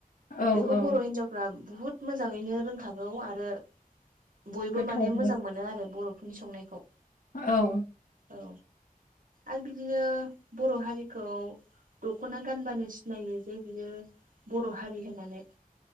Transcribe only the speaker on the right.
बेखौ
बर' हिनजावफ्रा बुहुत मोजाङैनो रोंखागोन । नौ आरो बयबो
माने मोजां मोनो आरो बर'फोरनि संनायखौ ।
औ आरो बिदिनो बर' हारिखौ दख'ना गानबानो सिनायो जे बियो बर' हारि होननानै